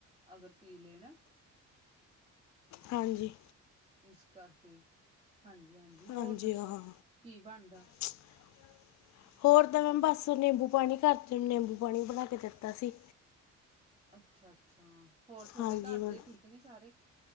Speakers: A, on the right; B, on the left.
A: ਅਗਰ ਪੀ ਲੈ ਨਾ
B: ਹਾਂਜੀ,
A: ਇਸ ਕਰਕੇ ਹਾਂਜੀ-ਹਾਂਜੀ
B: ਹਾਂਜੀ
A: ਹੋਰ ਦੱਸੋ,
B: ਹਾਂ
A: ਕੀ ਬਣਦਾ?
B: <inaudible> ਹੋਰ ਤਾਂ ਮੈਂ ਬਸ ਨਿੰਬੂ ਪਾਣੀ ਘਰ ਤੀ ਨਿੰਬੂ ਪਾਣੀ ਬਣਾ ਕੇ ਦਿੱਤਾ ਸੀ।
A: ਅੱਛਾ-ਅੱਛਾ, ਹੋਰ ਤੁਹਾਡੇ
B: ਹਾਂਜੀ
A: ਘਰ
B: ਮੈਮ
A: ਦੇ ਠੀਕ ਨੇ ਸਾਰੇ?